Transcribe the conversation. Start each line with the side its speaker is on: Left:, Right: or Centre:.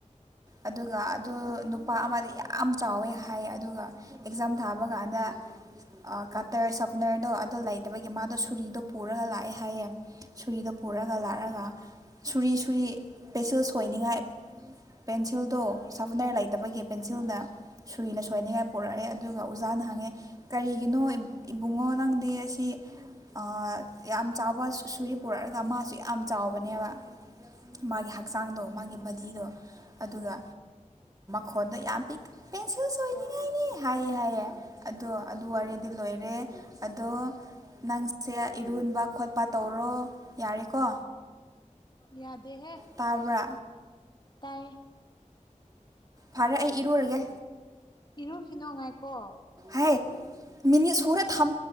Right: ꯑꯗꯨꯒ ꯑꯗꯨ ꯅꯨꯄꯥ ꯑꯃꯗꯤ ꯌꯥꯝ ꯆꯥꯎꯋꯦ ꯍꯥꯏ ꯑꯗꯨꯒ ꯑꯦꯛꯖꯥꯝ ꯊꯥꯕ ꯀꯥꯟꯗ ꯑ ꯀꯇꯔ ꯁꯞꯄꯅꯔꯗꯣ ꯑꯗꯣ ꯂꯩꯇꯕꯒꯤ ꯃꯥꯗꯣ ꯁꯨꯔꯤꯗꯣ ꯄꯨꯔꯒ ꯂꯥꯛꯑꯦ ꯍꯥꯏꯌꯦ ꯁꯨꯔꯤꯗꯣ ꯄꯨꯔꯒ ꯂꯥꯛꯑꯒ ꯁꯨꯔꯤ ꯁꯨꯔꯤ ꯄꯦꯁꯤꯜ ꯁꯣꯏꯅꯤꯡꯉꯥꯏ ꯄꯦꯟꯁꯤꯜꯗꯣ ꯁꯥꯐꯅꯥꯔ ꯂꯩꯇꯕꯒꯤ ꯄꯦꯟꯁꯤꯜꯅ ꯁꯨꯔꯤꯅ ꯁꯣꯏꯅꯤꯡꯉꯥꯏ ꯄꯣꯔꯛꯑꯦ ꯑꯗꯨꯒ ꯑꯣꯖꯥꯅ ꯍꯪꯉꯦ ꯀꯔꯤꯒꯤꯅꯣ ꯏꯕꯨꯡꯉꯣ ꯅꯪꯗꯤ ꯑꯁꯤ ꯑ ꯌꯥꯝ ꯆꯥꯎꯕ ꯁꯨꯔꯤ ꯄꯨꯔꯛꯑꯒ ꯃꯥꯁꯨ ꯌꯥꯝ ꯆꯥꯎꯕꯅꯦꯕ ꯃꯥꯒꯤ ꯍꯛꯆꯥꯡꯗꯣ ꯃꯥꯒꯤ ꯕꯗꯤꯗꯣ ꯑꯗꯨꯒ ꯈꯣꯟꯗꯣ ꯌꯥꯝ ꯄꯤꯛ ꯄꯦꯟꯁꯤꯜꯁ ꯁꯣꯏꯅꯤꯡꯉꯥꯏꯅꯦ ꯍꯥꯏꯌꯦ-ꯍꯥꯏꯌꯦ ꯑꯗꯣ ꯑꯗꯨ ꯋꯥꯔꯤꯗꯨ ꯂꯣꯏ ꯑꯗꯣ ꯅꯪꯁꯦ ꯏꯔꯨꯟꯕ ꯈꯣꯠꯄ ꯇꯧꯔꯣ ꯌꯥꯔꯦꯀꯣ꯫
Left: ꯌꯥꯗ ꯗꯦꯍꯦ
Right: ꯇꯥꯕ꯭ꯔꯥ
Left: ꯇꯥꯏꯌꯦ
Right: ꯐꯔꯦ ꯑꯩ ꯏꯔꯨꯔꯒꯦ꯫
Left: ꯏꯔꯨꯈꯤꯅꯨ‌ ꯉꯥꯏꯈꫭ꯫
Right: ꯍꯥꯏ ꯃꯤꯅꯤ ꯁꯨꯔꯦ ꯊꯝ